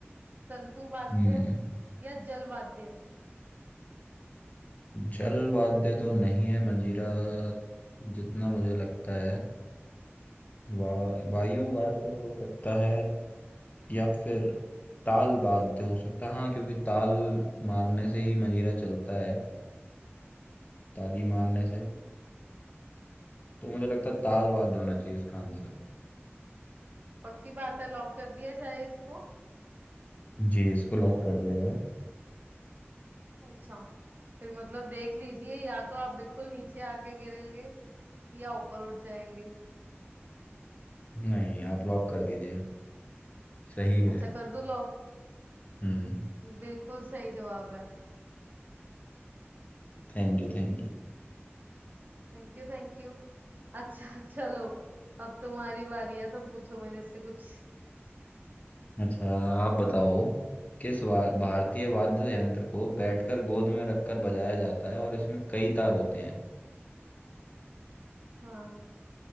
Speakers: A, on the right; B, on the left.
A: तंतु वाद्य
B: हम्म
A: या जल वाद्य
B: जल वाद्य तो नहीं है मंजीरा जितना मुझे लगता है वा, वायु वाद्य हो सकता है या फिर ताल वाद्य हो सकता है हाँ क्योंकि ताल मारने से ही मंजीरा चलता है ताली मारने
A: हम्म हम्म
B: से तो मुझे लगता है ताल वाद्य होना चाहिए इसका आंसर
A: पक्की बात है लॉक कर दिया जाए इसको
B: जी इसको लॉक कर दिया जाए
A: अच्छा फिर मतलब देख लीजिए या तो आप बिल्कुल नीचे आके गिरेंगे या ऊपर उठ जाएंगे
B: नहीं आप लॉक कर दीजिए सही गए
A: अच्छा कर दूं लॉक
B: हम्म
A: बिल्कुल सही जवाब है
B: Thank you thank you
A: Thank you thank you अच्छा चलो अब तुम्हारी बारी है तुम पूछो मेरे से कुछ
B: अच्छा आप बताओ किस वा- भारतीय वाद्य यंत्र को बैठकर गोद में रखकर बजाया जाता है और इसमें कई तार होते हैं
A: हाँ